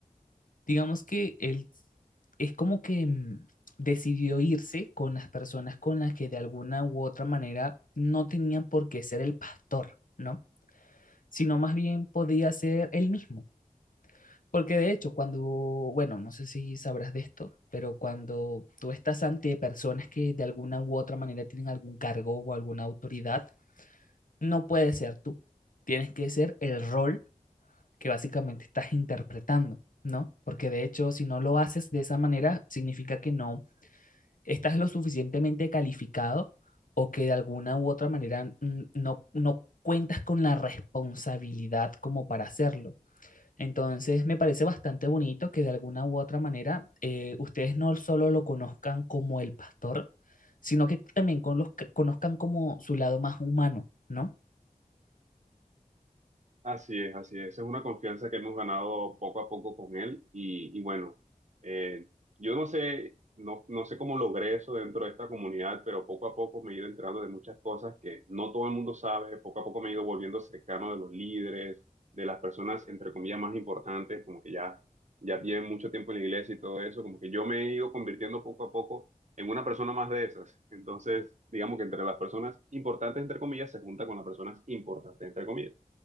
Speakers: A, on the left; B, on the right.
A: Digamos que él es como que mm, decidió irse con las personas con las que de alguna u otra manera no tenían por qué ser el pastor, ¿no? Sino más bien podía ser él mismo. Porque de hecho, cuando, bueno, no sé si sabrás de esto, pero cuando tú estás ante personas que de alguna u otra manera tienen algún cargo o alguna autoridad, no puedes ser tú. Tienes que ser el rol que básicamente estás interpretando, ¿no? Porque de hecho, si no lo haces de esa manera, significa que no estás lo suficientemente calificado o que de alguna u otra manera mm, no, no cuentas con la responsabilidad como para hacerlo. Entonces, me parece bastante bonito que de alguna u otra manera eh, ustedes no solo lo conozcan como el pastor, sino que también con los, conozcan como su lado más humano, ¿no?
B: Así es, así es. Es una confianza que hemos ganado poco a poco con él y, y bueno, eh, yo no sé, no, no sé cómo logré eso dentro de esta comunidad, pero poco a poco me he ido enterando de muchas cosas que no todo el mundo sabe. Poco a poco me he ido volviendo cercano de los líderes, de las personas, entre comillas, más importantes, como que ya, ya tienen mucho tiempo en la iglesia y todo eso, como que yo me he ido convirtiendo poco a poco en una persona más de esas. Entonces, digamos que entre las personas importantes, entre comillas, se junta con las personas importantes, entre comillas.